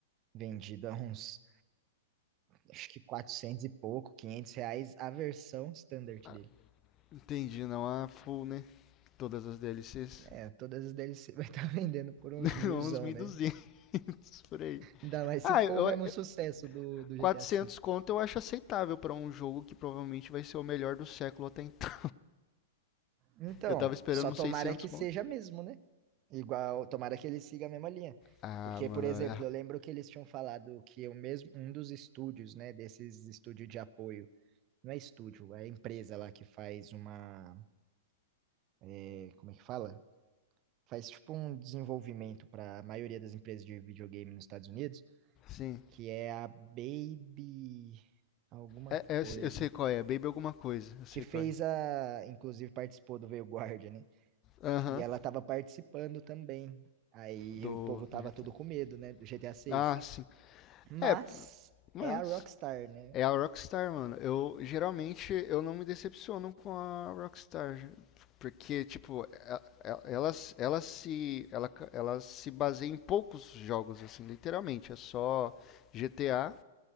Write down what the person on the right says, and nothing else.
vendido a uns acho que 400 e pouco, 500 reais a versão standard
dele.
É, todas as DLC vai estar <laughs> vendendo por uns
milzão,
né?
Ainda mais
se for
o mesmo
sucesso do, do GTA
V.
Então,
só tomara
que
seja mesmo, né? Igual, tomara que ele siga a mesma linha.
Porque,
por exemplo,
eu lembro que eles tinham falado que o mesmo, um dos estúdios, né, desses estúdios de apoio, não é estúdio, é empresa lá que faz uma, é, como é que fala? Faz tipo um desenvolvimento para a maioria das empresas de videogame nos Estados Unidos.
que é a Baby alguma
coisa,
que fez
a, inclusive participou do Veio Guarda, né?
E ela tava participando também. Aí
o povo tava
todo com medo, né, do GTA 6.
Mas
é a Rockstar, né?